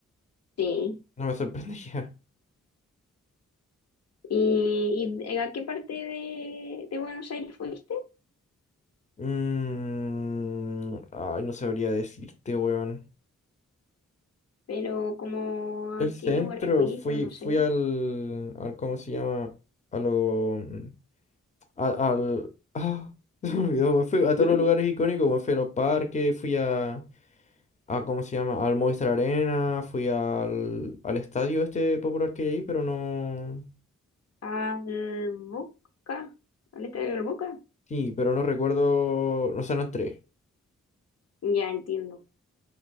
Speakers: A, on the left; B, on the left.
A: Sí.
B: no me sorprendería. <laughs>
A: ¿Y, y eh, a qué parte de, de Buenos Aires fuiste?
B: Mm, ay, no sabría decirte, weón.
A: Pero como a
B: El centro,
A: qué lugares fuiste
B: fui,
A: o no
B: fui
A: sé.
B: al, al, ¿cómo se llama? A lo, mm, a- al, ah, <laughs> se me olvidó, weón. fui a
A: <laughs>
B: todos los lugares icónicos, weón. fui a los parques, fui a, a, ¿cómo se llama? Al Movistar Arena, fui al, al estadio este popular que hay, ahí, pero no,
A: Al Boca, al estadio del Boca.
B: sí, pero no recuerdo, no, o sea, no entré.
A: Ya entiendo.